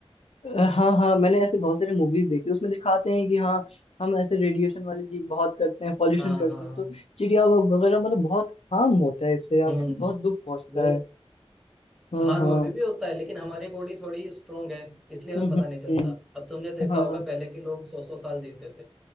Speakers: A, on the left; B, in the centre.
A: अ, हाँ हाँ मैंने ऐसे बहुत सारे मूवीज देखी उसमें दिखाते हैं कि हाँ हम ऐसे रेडिएशन वाली चीज बहुत करते हैं पॉल्यूशन
B: हाँ
A: करते
B: हाँ
A: हैं
B: हाँ।
A: तो चिड़िया व- वगैरह मतलब बहुत हार्म होता है इससे यार
B: हम्म
A: बहुत दुख पहुंचता
B: वो
A: है हाँ
B: हार
A: हाँ
B: मम्मी भी होता है लेकिन हमारी बॉडी थोड़ी स्ट्रोंग है इसलिए हमें
A: हम्म
B: पता नहीं चलता
A: हम्म
B: अब तुमने
A: हम्म,
B: देखा
A: हाँ
B: होगा पहले के लोग सौ सौ साल जीते थे